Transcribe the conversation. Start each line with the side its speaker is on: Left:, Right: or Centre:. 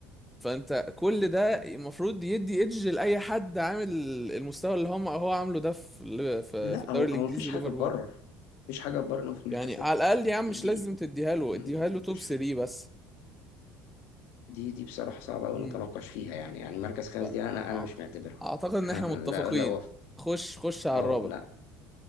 Centre: فانت كل ده المفروض يدي ايدج لاي حد عامل المستوى اللي هم هو عامله ده في ال- في
Left: لا
Centre: في الدوري
Left: هو
Centre: الانجليزي
Left: هو مفيش حاجه
Centre: وليفربول
Left: تبرر مفيش حاجه تبرر إن هو في المركز
Centre: يعني على
Left: ده
Centre: الاقل يا عم
Left: دي
Centre: مش لازم تديها له
Left: مم،
Centre: اديها له توب
Left: مش
Centre: 3
Left: فيه.
Centre: بس
Left: دي دي بصراحه صعبه قوي
Centre: امم
Left: نتناقش فيها يعني يعني مركز خامس
Centre: ف-
Left: دي انا
Centre: أع-
Left: انا مش معتبرها
Centre: اعتقد ان
Left: <laughs>
Centre: احنا متفقين
Left: لا لا وف.
Centre: خش خش على
Left: اه
Centre: الرابع
Left: لا